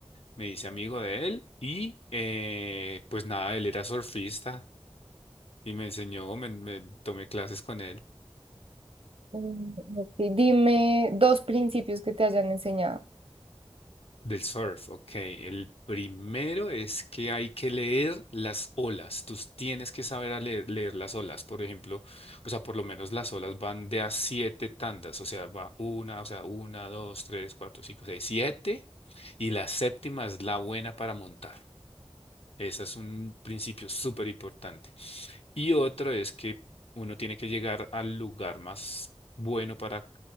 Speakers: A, on the left; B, on the right.
A: Me dice amigo de él y eh, pues nada, él era surfista y me enseñó, me, me tomé clases con él.
B: Mm, ok, dime dos principios que te hayan enseñado.
A: Del surf, ok. El primero es que hay que leer las olas. Tú tienes que saber a leer, leer las olas. Por ejemplo, o sea, por lo menos las olas van de a siete tandas. O sea, va una, o sea, una, dos, tres, cuatro, cinco, seis, siete. Y la séptima es la buena para montar. Ese es un principio súper importante. Y otro es que uno tiene que llegar al lugar más bueno para